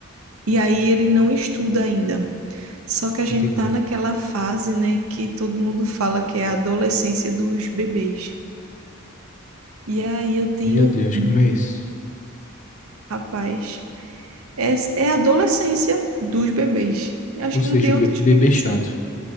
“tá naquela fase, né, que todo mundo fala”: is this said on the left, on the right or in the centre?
Right